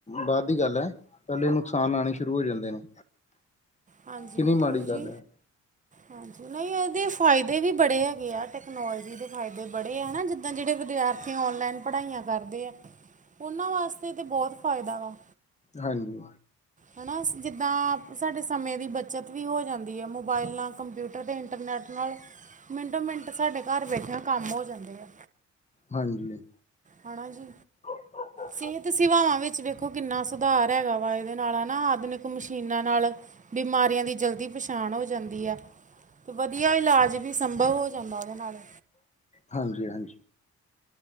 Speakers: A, on the left (about 25°); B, on the right (about 25°).
A: ਬਾਦ ਦੀ ਗੱਲ ਐ। ਪੈਲੇ ਨੁਕਸਾਨ ਆਨੇ ਸ਼ੁਰੂ ਹੋ ਜਾਂਦੇ ਨੇ।
B: ਹਾਂਜੀ,
A: ਕਿੰਨੀ
B: ਬਿਲਕੁਲ
A: ਮਾੜੀ ਗੱਲ
B: ਜੀ।
A: ਹੈ
B: ਹਾਂਜੀ, ਨਈਂ ਐਦੇ ਫਾਏਦੇ ਵੀ ਬੜੇ ਹੈਗੇ ਆ। ਟੈਕਨੋਲਜੀ ਦੇ ਫਾਏਦੇ ਬੜੇ ਆ, ਜਿੱਦਾਂ ਜੇੜੇ ਵਿਦਿਆਰਥੀ ਔਨਲਾਈਨ ਪੜਾਈਆਂ ਕਾਰਦੇ ਐ। ਓਨਾਂ ਵਾਸਤੇ ਤੇ ਬੋਤ ਫਾਏਦਾ ਵਾ।
A: ਹਾਂਜੀ।
B: ਹਨਾ, ਜਿੱਦਾਂ ਸਾਡੇ ਸਮੇਂ ਦੀ ਬੱਚਤ ਵੀ ਹੋ ਜਾਂਦੀ ਆ, ਮੋਬਾਇਲ ਨਾਲ ਕੰਪਯੂਟਰ ਤੇ ਇੰਟਰਨੈੱਟ ਨਾਲ ਮਿੰਟੋ ਮਿੰਟ ਸਾਡੇ ਘਰ ਬੈਠੇਆਂ ਕੰਮ ਹੋ ਜਾਂਦੇ ਆ।
A: ਹਾਂਜੀ।
B: ਹਣਾ ਜੀ।
A: <inaudible>
B: ਸੇਤ ਸੇਵਾਵਾਂ ਵਿੱਚ ਵੇਖੋ ਕਿੰਨਾ ਸੁਧਾਰ ਹੈਗਾ ਵਾ ਐਦੇ ਨਾਲ ਹਣਾ ਆਦਮਿਕ ਮਸ਼ੀਨਾਂ ਨਾਲ ਬਿਮਾਰੀਆਂ ਦੀ ਜਲਦੀ ਪਛਾਣ ਹੋ ਜਾਂਦੀ ਆ। ਤੇ ਵਧੀਆ ਇਲਾਜ ਵੀ ਸੰਭਵ ਹੋ ਜਾਂਦਾ ਓਦੇ ਨਾਲ।
A: ਹਾਂਜੀ-ਹਾਂਜੀ।